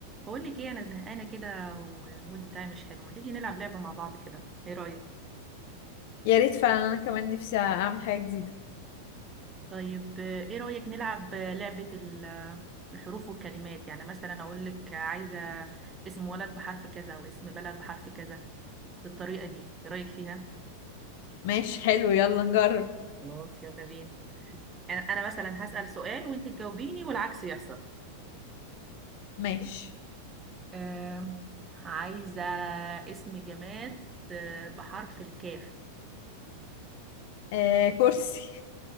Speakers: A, on the right (about 20°); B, on the left (about 50°).
A: بقول لك ايه انا زهقانه كده والمود بتاعي مش حلو ما تيجي نلعب لعبه مع بعض كده ايه رايك
B: يا ريت فعلا انا كمان نفسي اعمل حاجة جديدة
A: طيب آه، ايه رايك نلعب آه، لعبه ال- آه، الحروف والكلمات يعني مثلا اقول لك عايزه اسم ولد بحرف كذا واسم بلد بحرف كذا بالطريقه دي ايه رايك فيها
B: ماشي حلو يلا نجرب
A: خلاص يلا بينا انا أنا مثلا هسال سؤال وانت تجاوبيني والعكس يحصل
B: ماشي
A: اوكي آم، عايزه اسم جماد آه، بحرف الكاف
B: آه كرسي